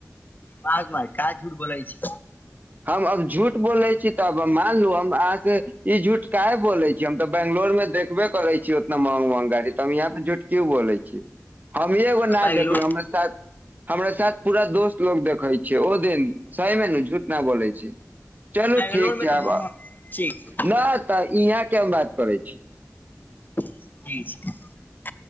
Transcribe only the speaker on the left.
पाग भाय का झूठ बोलय छी।
बंगलोर
बंगलोर
मे
तऽ
ठीक छै
ठीक छै।